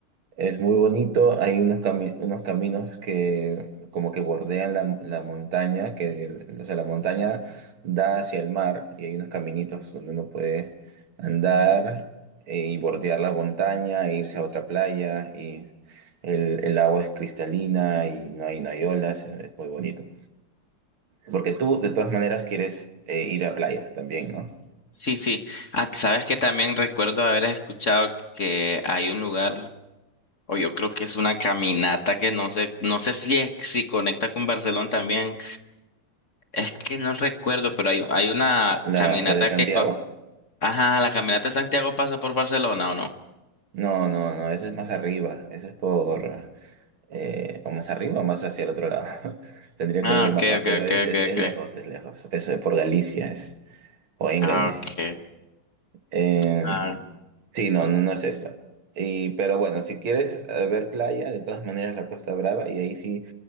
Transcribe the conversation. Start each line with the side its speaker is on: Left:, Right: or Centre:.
Right: es muy bonito, hay unos, cami- unos caminos que como que bordean la, la montaña, que, o sea, la montaña da hacia el mar y hay unos caminitos donde uno puede andar eh, y bordear la montaña e irse a otra playa y el, el agua es cristalina y no hay, no hay olas, es, es muy bonito. Porque tú de todas maneras quieres eh, ir a playa también, ¿no?
Left: Sí, sí. Ah, sabes que también recuerdo haber escuchado que hay un lugar o yo creo que es una caminata que no sé, no sé si es, si conecta con Barcelona también Es que no recuerdo, pero hay, hay una
Right: La,
Left: caminata
Right: la de Santiago?
Left: que... co- Ajá, la caminata de Santiago pasa por Barcelona, ¿o no?
Right: No, no, no, esa es más arriba, esa es por... eh, o más arriba o más hacia el otro lado. <laughs> Tendría
Left: Ah,
Right: que ver el
Left: ok,
Right: mapa,
Left: ok,
Right: pero
Left: ok,
Right: es, es,
Left: ok,
Right: es
Left: ok.
Right: lejos, es lejos. Es eh, por Galicia, es, o en
Left: Ah,
Right: Galicia.
Left: ok.
Right: Eh,
Left: Ah,
Right: sí, no, no, no es esta. Y, pero bueno, si quieres eh, ver playa, de todas maneras la Costa Brava, y ahí sí